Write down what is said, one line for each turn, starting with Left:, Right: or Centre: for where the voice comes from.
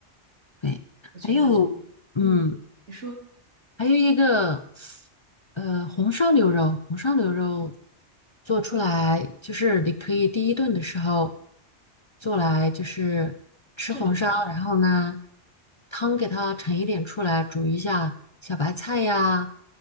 Left: 对，
Right: 我觉得真，
Left: 还有，嗯，
Right: 嗯，你说
Left: 还有一个，呃，红烧牛肉，红烧牛肉做出来就是你可以第一顿的时候做来，就是吃红烧，
Right: 正常吃，
Left: 然后呢，汤给它盛一点出来，煮一下小白菜呀，